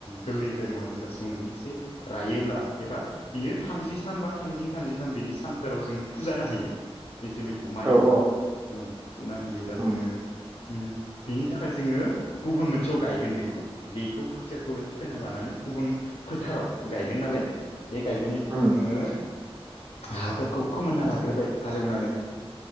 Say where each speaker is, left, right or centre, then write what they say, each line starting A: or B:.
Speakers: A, on the left (about 80°); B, on the right (about 30°).
A: गोरलैद्राय नङा जेनेबा जौनानै एसे रायोब्ला एबा बियो थामजि सान बा थामजिनि थामजिथाम बिदि सानफोराव जोङो फुजानो हायो बे जोलैखौ माइखौ
B: औ औ
A: औ फुनो हायोबा
B: उम
A: जोङो उम बेनि थाखाय जोङो गुबुन मोनसेयाव गायगोन बेखौ बेखौ खोथिया फोबाय फोना लानानै गुबुन फोथाराव गायगोन नालाय बे गायगोननि थाखाय
B: उम
A: जोङो हाफोरखौ फोमोनना लाग्रोबाय हाल एवनानै